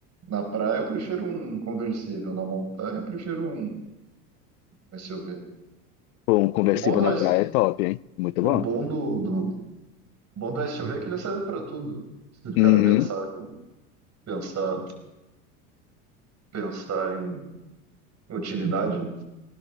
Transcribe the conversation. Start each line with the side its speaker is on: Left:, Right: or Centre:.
Right: Na praia eu prefiro um conversível, na montanha eu prefiro um s u v
Left: Pô, um conversível
Right: O bom do,
Left: na
Right: S-
Left: praia é top, hein? Muito
Right: o
Left: bom.
Right: bom do, do, o bom do s SUV é que ele serve para tudo. Se o cara
Left: Uhum.
Right: pensar, com- pensar, pensar em utilidade, né?